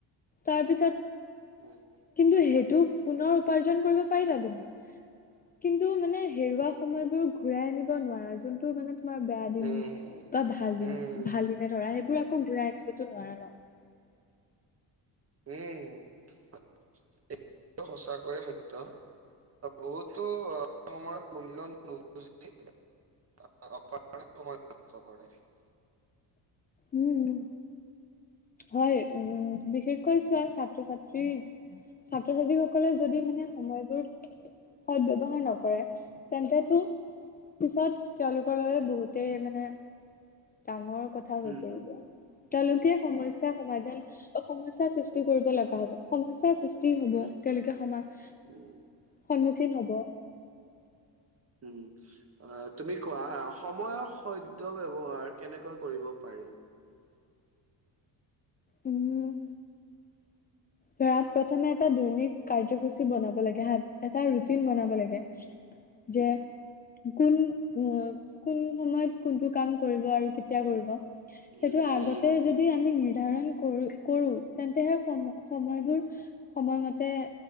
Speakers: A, on the left; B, on the right.
A: তাৰপিছত
B: উম।
A: কিন্তু সেইটো পুনৰ উপাৰ্জন কৰিব পাৰিবা তুমি। কিন্তু মানে হেৰুৱা সময়বোৰ ঘূৰাই আনিব নোৱাৰে যোনটো মানে তোমাৰ বেয়া দিন
B: উম,
A: বা ভাল
B: উম,
A: দিন ভাল দিনে ধৰা সেইবোৰ আকৌ ঘূৰাই আনিবতো নোৱাৰা ন।
B: এই <unintelligible> সঁচাকৈয়ে সত্য। বহুতো সময়ৰ মূল্য নুবুজি <unintelligible> <unintelligible> <unintelligible>
A: উম উম। হয় উম বিশেষকৈ চোৱা ছাত্ৰ-ছাত্ৰী ছাত্ৰ-ছাত্ৰীসকলে যদি মানে সময়বোৰ সদ ব্যৱহাৰ নকৰে তেন্তেটো পিছত তেওঁলোকৰ বাবে বহুতেই মানে ডাঙৰ কথা হৈ
B: উম,
A: পৰিব।
B: হম, উম,
A: তেওঁলোকে সমস্যা সমাধান অ সমস্যাৰ সৃষ্টি কৰিব লগা হ'ব, সমস্যাৰ সৃষ্টি হ'ব,
B: উম,
A: তেওঁলোকে সমান
B: উম,
A: সন্মুখীন হ'ব।
B: উম অ অ তুমি কোৱা সময়ৰ সদ্য ব্যৱহাৰ কেনেকৈ কৰিব পাৰি?
A: উম। ধৰা প্ৰথমে এটা দৈনিক কাৰ্যসূচী বনাব লাগে হাত এটা ৰুটিন বনাব লাগে।
B: <inaudible>
A: যে কোন অ কোন সময়ত কোনটো কাম কৰিব আৰু কেতিয়া কৰিব সেইটো
B: উম,
A: আগতে
B: উম,
A: যদি আমি নিৰ্ধাৰণ কৰো কৰো তেন্তেহে সম সময়বোৰ সময়মতে